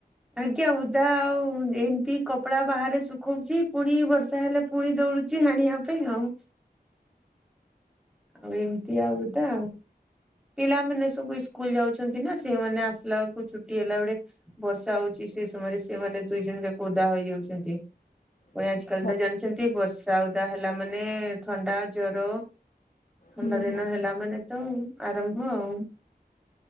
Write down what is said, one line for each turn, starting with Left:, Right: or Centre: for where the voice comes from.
Centre: ଆଜ୍ଞା ଉଦା ଆଉ ଏମିତି କପଡା ବାହାରେ ଶୁଖଉଛି ପୁଣି ବର୍ଷା ହେଲେ ପୁଣି ଦଉଡୁଛି ଆଣିବା ପାଇଁ ଆଉ ଆଉ ଏମିତି ଆଉଦା ପିଲାମାନୋନ ସବୁ ଇସ୍କୁଲ ଯାଉଛନ୍ତି ନା? ସେମାନେ ଆସିଲା ବେଳକୁ ଛୁଟି ହେଲା ବେଳେ ବର୍ଷା ହଉଚି ସେ ସମୟରେ ସେ ମାନେ ଦୁଇ ଜଣ ଯାକ ଓଦା ହେଇଯାଉଚନ୍ତି। ପ
Left: ଆଚ୍ଛା
Centre: ଆଜି କାଲି ତ
Left: ଆଚ୍ଛା
Centre: ଜାଣିଚନ୍ତି। ବର୍ଷା ଓଦା ହେଲା ମାନେ ଥଣ୍ଡା ଜର। ଥଣ୍ଡା
Left: ହୁଁ
Centre: ଦିନ
Left: ହୁଁ।
Centre: ହେଲା ମାନେ ତ ଆରମ୍ଭ ଆଉ।